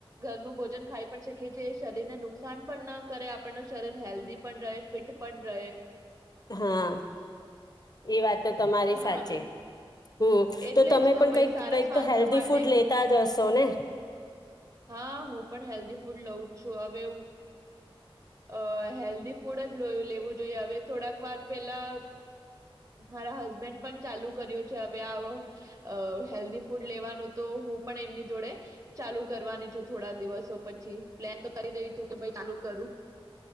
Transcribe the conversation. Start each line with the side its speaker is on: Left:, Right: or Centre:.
Right: ઘરનું ભોજન ખાઈ પણ શકીએ છીએ. શરીરને નુકસાન પણ ના કરે આપ શરીર હેલ્ધી પણ રહે. ફિટ પણ રહે.
Left: હા એ વાત તો તમારી
Right: હા.
Left: સાચી. હમ
Right: એટલે
Left: તો તમે
Right: જ
Left: પણ
Right: ભઈ
Left: કંઈક
Right: સારા
Left: કંઈક
Right: સ્વાસ્થ્ય
Left: તો હેલ્ધી
Right: માટે
Left: ફૂડ લેતા જ હશો. હશો ને?
Right: હા હું પણ હેલ્ધી ફૂડ લઉં છું હવે. અ હેલ્ધી ફૂડ જ લેવું જોઈએ હવે થોડાક વાર પેલા મારા હસબન્ડ પણ ચાલુ કર્યો છે હવે હેલ્ધી ફૂડ લેવાનું તો હું પણ એમની જોડે ચાલુ કરવાની છુ થોડા દિવસો પછી. પ્લેન તો કરી રહી છું કે ભાઈ ચાલુ કરું.